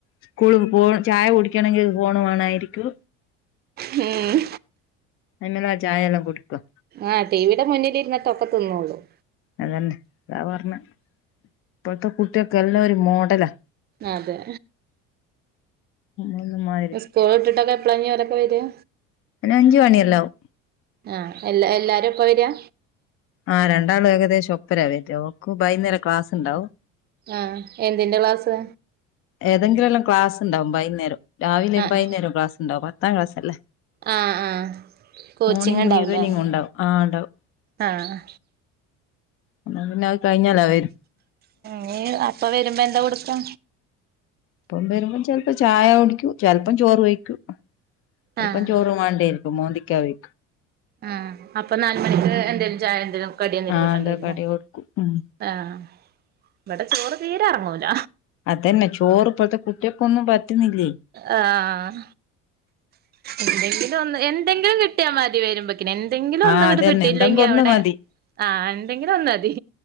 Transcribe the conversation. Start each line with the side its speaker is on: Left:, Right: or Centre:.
Left: സ്കൂളും- ഫോ ചായ കുടിക്കണെങ്കി ഫോണ് വേണായിരിക്കും.
Right: ഉം
Left: അങ്ങ <unintelligible> നെ ചായ എല്ലാം കുടിക്കും
Right: ആഹ് ടിവിയുടെ മുന്നിലിരുന്നിട്ട് ഒക്കെ തിന്നോളും
Left: അത് തന്നെ അതാ പറഞ്ഞെ ഇപ്പഴത്തെ കുട്ടികൾക്ക് എല്ലാം ഒരു മോഡലാ.
Right: അതെ
Left: നമ്മളൊന്നും മാ
Right: സ്കൂള് വീട്ടിട്ടൊക്കെ എപ്പളാഞ്ഞ് ഓലൊക്കെ വരാ
Left: അഞ്ച് മണിയെല്ലാവും
Right: ആഹ് എല്ല എല്ലാരും ഇപ്പ വരാ
Left: ആഹ് രണ്ടാള് ഏകദേശം ഒപ്പരാ വരാഓ ബൈന്നേര ക്ലാസ്ണ്ടാവും
Right: ആഹ് എന്തിന്റെ ക്ലാസ്
Left: ഏതെങ്കിലല്ലാം ക്ലാസ് ഉണ്ടാവും ബൈന്നേരം രാവിലെ
Right: ആഹ്
Left: ബൈന്നേരും ക്ലസ് ഉണ്ടാവും പത്താം ക്ലാസല്ലേ
Right: ആഹ് ആഹ് കോച്ചിങ്
Left: മോർണിംഗ്
Right: ഉണ്ടാവുംല്ലേ
Left: ഈവനിങ് ഉണ്ടാവും ആ ഇണ്ടാവും
Right: ആഹ്
Left: എന്നാ പിന്നെ അത് കഴിഞ്ഞാല വരു
Right: നീ അപ്പ വരുമ്പോ എന്താ കൊടുക്കാ
Left: ഇപ്പം വരുമ്പോ ചെൽപ്പം ചായ കുടിക്കൂ ചെൽപ്പം ചോറ് വഴിക്കൂ അല്പ്പം
Right: ആഹ്
Left: ചോറു മാണ്ടേരിക്കും മോന്തിക്കാവേ
Right: ആഹ് അപ്പൊ നാല് മണിക്ക് എന്തേലും ചായ എന്തേലും കടി എന്തേലും
Left: ആഹ്
Right: കിട്ടണ്ടിയരുലേ
Left: അതെ കടി കൊടുക്കും ഉം
Right: ആഹ് ഇവിടെ ചോറ് തീരെ എറങ്ങൂല
Left: അതന്നെ ചോറ് ഇപ്പഴത്തെ കുട്ടിക്കൊന്നും പറ്റ്ന്നില്ലേ
Right: ആഹ് ആഹ് ഇണ്ടെങ്കിൽ ഒന്ന് എന്തെങ്കിലും കിട്ടിയാ മതി വരുമ്പോക്കിന് എന്തെങ്കിലും ഒന്ന്ങ്ങട്ട്
Left: ആഹ് അതന്നെ
Right: കിട്ടിയില്ലെങ്കിൽ
Left: എന്തെങ്കും ഒന്ന്
Right: അവിടെ
Left: മതി
Right: ആഹ് എന്തെങ്കിലൊന്ന്തി